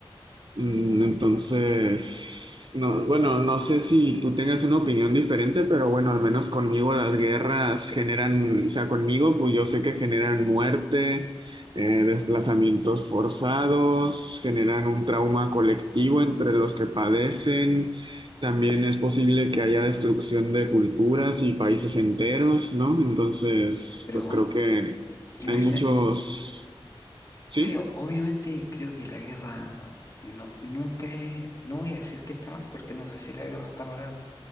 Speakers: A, on the right (about 55°); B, on the left (about 35°).
A: Mm, Entonces, no, bueno, no sé si tú tengas una opinión diferente, pero bueno, al menos conmigo las guerras generan, o sea, conmigo, pues yo sé que generan muerte, eh, desplazamientos forzados, generan un trauma colectivo entre los que padecen. También es posible que haya destrucción de culturas y países enteros, ¿no? Entonces,
B: Pero
A: pues creo que
B: imagina,
A: hay muchos, sí.
B: sí, obviamente creo que la guerra no, nunca es, no voy a decir que está mal, porque no sé si la guerra está mal o no